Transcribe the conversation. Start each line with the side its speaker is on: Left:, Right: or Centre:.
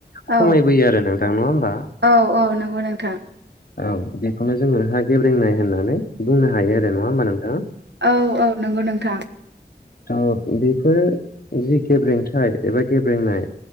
Left: खमायबोयो
Right: औ
Left: आरो नोंथां नङा होमबा?
Right: औ औ नंगौ नोंथां
Left: औ बेखौनो जोङो हा गेब्रेंनाय होननानै बुंनो हायो आरो नङा होमबा नोंथां
Right: औ औ नंगौ नोंथां।
Left: ओ बेफोर जि गेब्रेंथाय एबा गेब्रेंनाय